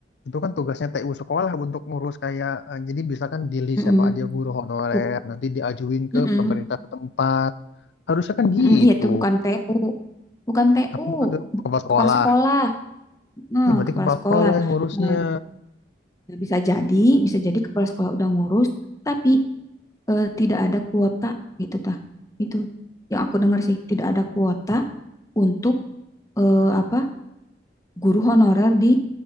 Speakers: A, on the left; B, on the left.
A: Itu kan tugasnya TU sekolah untuk ngurus kayak eh, jadi bisa kan di list
B: Mm-mm.
A: siapa aja guru honorer
B: Buk-
A: nanti diajuin ke
B: mm-mm.
A: pemerintah setempat. Harusnya kan
B: Mm-mm.
A: gitu.
B: Iya itu bukan TU. bukan TU,
A: Apa bukan tuh kepala sekolah?
B: kepala sekolah, hmm,
A: Ya berarti
B: kepala
A: kepala
B: sekolah.
A: sekolah yang ngurusnya.
B: Nah, ya bisa jadi, bisa jadi kepala sekolah udah ngurus, tapi eh, tidak ada kuota gitu tah. Itu yang aku dengar sih, tidak ada kuota untuk eh, apa guru honorer di